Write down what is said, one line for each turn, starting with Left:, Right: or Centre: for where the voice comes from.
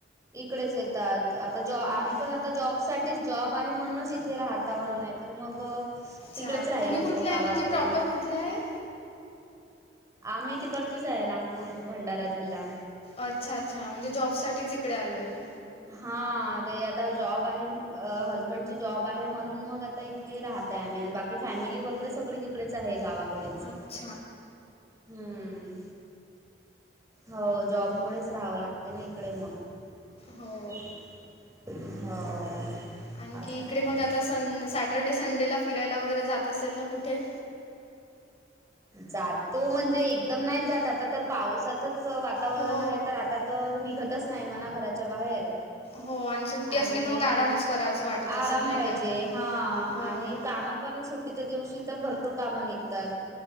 Right: इकडेच येतात आता जॉ
Left: हां
Right: आम्ही पण आता जॉब साठीच जॉब आहे म्हणूनच इथे राहत -तावनं नाय तर मग
Left: अच्छा
Right: तिकडेच राहिलो
Left: तुम्ही कुठले
Right: असतो
Left: आहे
Right: गावाकडे
Left: म्हणजे प्रॉपर कुठले आहे?
Right: आम्ही तिकडचेच आहे नागपूर, भंडारा जिल्हा.
Left: अच्छा अच्छा म्हणजे जॉब साठीच इकडे आलेले.
Right: हा ते आता जॉब आहे अ हजसबंडची जॉब आहे म्हणून मग आ ता इथे राहतय आम्ही बाकी फॅमिली वगैरे सगळी तिकडेच आहे गावाकडेच.
Left: अच्छा
Right: हम्म हाव जॉब मुळेच राहावं लागते ना इकडे मग.
Left: हो.
Right: हो.
Left: आणखी
Right: असं
Left: इकडे
Right: आहे
Left: मग आता सन सॅटरडे, संडेला फिरायला वगैरे जात असेल ना कुठे?
Right: जातो म्हणजे एकदम नाही जात आता तर पावसाचच वातावरण
Left: हो.
Right: आहे तर आता तर निघतच नाही म्हणा घराच्या बाहेर.
Left: हो आणि सुट्टी
Right: आणि
Left: असली की मग आरामच करावसं वाटत असेल
Right: आराम
Left: नाही
Right: पाहिजे
Left: का?
Right: हा
Left: हो.
Right: आणि कामं पण सुट्टीच्या दिवशी तर भरपूर कामं निघतात.